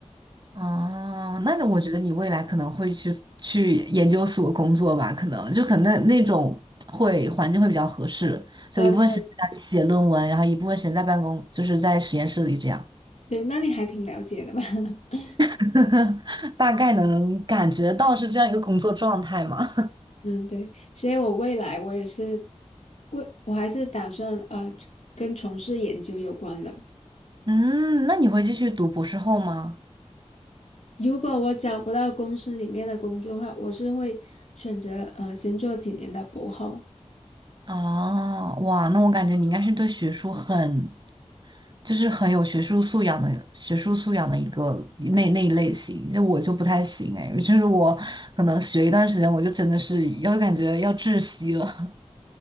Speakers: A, on the right (about 40°); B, on the left (about 75°).
A: 哦，那我觉得你未来可能会去去研究所工作吧，可能就可能那那种会环境会比较合适，就一部分时间在那里写论文，
B: 呃，对
A: 然后一部分时间在办公，就是在实验室里这样，
B: 对，那你还挺了解的嘛。<laughs>
A: <laughs> 大概能感觉到是这样一个工作状态嘛。
B: 嗯，对，所以我未来我也是，我我还是打算呃跟从事研究有关的。
A: <laughs> 嗯，那你会继续读博士后吗？
B: 如果我找不到公司里面的工作的话，我是会选择呃先做几年的博后。
A: 哦，哇，那我感觉你应该是对学术很就是很有学术素养的学术素养的一个那那一类型，就我就不太行哎，就是我可能学一段时间，我就真的是要感觉要窒息了。